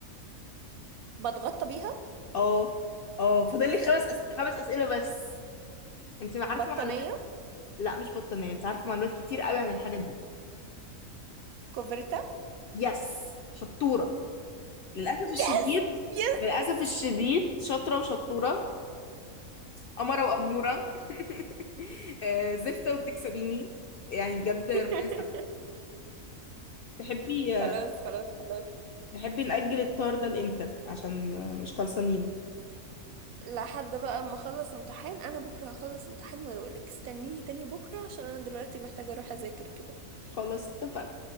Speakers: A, on the right (about 80°); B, on the left (about 65°).
A: بتغطى بيها
B: اه اه فاضل لك خمس أس... خمس أسئلة بس انت عارفة
A: بطانية
B: معلومات لا مش بطانية انت عارفة معلومات كتير قوي عن الحاجة دي
A: كوفرتا
B: يس شطورة للأسف الشديد
A: يس يس
B: للأسف الشديد شاطرة وشطورة قمرة وأمورة <laughs> آه، زفتة وبتكسبيني يعني بجد ربنا
A: <laughs>
B: يسامحك تحبي
A: خلاص خلاص خلاص
B: تحبي نأجل الطار ده لإمتى عشان آه، مش خلصانين
A: لحد بقى ما اخلص امتحان انا بكره هخلص امتحان واروح لك استنيني تاني بكره عشان انا دلوقتي محتاجه اروح اذاكر كده
B: خلاص اتفقنا